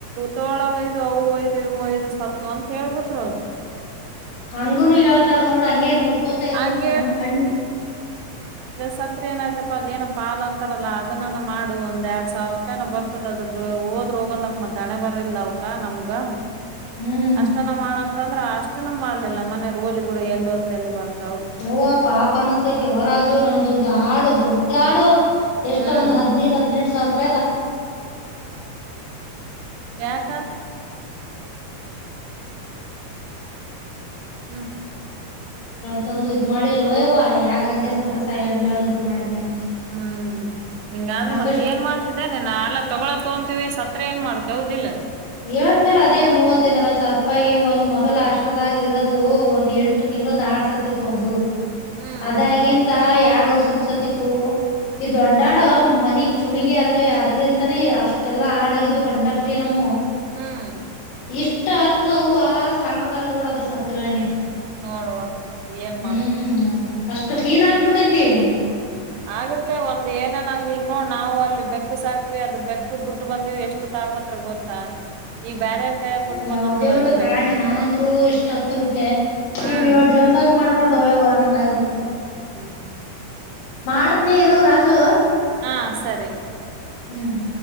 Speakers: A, on the right; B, on the left.
A: ತೋಳವೈದ ಅವೈದ್ ಇವೈದು ಸತ್ವಂ ಹೇಳ್ಬಿಟ್ರೋರ್
B: ಹಂಗೂನು ಹೇಳತ್ತಾರೆ ನೋಡು ಹಾಗೆ ನೋಡ್ಕೋತಿರಬೇಕು
A: ಹಂಗ
B: ನಮ್ ಕಣ್ಣ್
A: ಸತ್ತ್ರಿ ಏನಾಯ್ತು ಅದೇನಪ್ಪ ಪಾಲ್ ಅಂತಾರಲ್ಲ ಅದನ್ನ ರೆ ಮಾಡ ಒಂದೆರಡು ಸಾವಿರ ರೂಪಾಯಿ ಅರೆ ಬರ್ತದದ ಅದರದ ಹೋದ್ರಹೋಗಲ್ಲ ಮತ್ ಹಣೆ ಬರ್ಲಿಲ್ಲ ಔಕಾ ನಮಗ
B: ಹ್ಮ್
A: ಅಷ್ಟನ ಮಾಡನ್ ಅನ್ ತಂದ್ರೆ ಅಷ್ಟುನು ಮಾಡ್ಲಿಲ್ಲ ನಮ್ಮನೆಯವರು ಹೋಲಿ ಬಿಡ ಎಲ್ ಹೋತ್ತಲ್ ಎಲ್ ಬರುತ್
B: ಯವ ಪಾಪ ಅನುಸ್ತೈತೆ ಯವ ರಾಜು ನಮ್ದ್ ಒಂದ್
A: ಹ್ಮ್
B: ಆಡು ದೊಡ್ಡ ಆಡು ಎಷ್ಟು
A: ಹ್ಮ್
B: ಒಂದು ಹದಿನೈದು ಹದಿನೆಂಟು ಸಾವರ್.. <inaudible> <inaudible>
A: ಯಾಕ ಹ್ಮ್
B: <unintelligible> <inaudible> <inaudible> <inaudible> <unintelligible>
A: ಹ್ಮ್
B: <inaudible>
A: <unintelligible>
B: ಆಕಾಶ್
A: <inaudible>
B: <unintelligible> <inaudible>
A: ಹ್ಮ್
B: <unintelligible>
A: <inaudible>
B: <unintelligible>
A: <unintelligible>
B: ಹ್ಮ್ <inaudible>
A: <unintelligible> ಬ್ಯಾರ್ಯಾರ್ ಕೈಯಾಗ ಕೊಟ್ಟು
B: ಯಾವುದೇ
A: ಬಂದ ನೋಡ
B: ಒಂದು
A: ಅದನ್
B: ಪ್ರಾಣಿ
A: ಬೆಕ್ಕಿನ್
B: ನಾನಂತ್ರು ಇಷ್ಟತ್ತು <unintelligible>
A: ಹ್ಮ್
B: ಜನುಮ್ದಾಗ್ ಮಾಡ್ಬಾರ್ದು ಯವ್ವ ಅನ್ನಂಗಾಗ್ಬಿಡ್ತು. <inaudible>
A: <inaudible>
B: ಮಾಡ್ತಿನಿ ಇರು ರಾಜು.
A: ಅ ಸರಿ.
B: ಹು.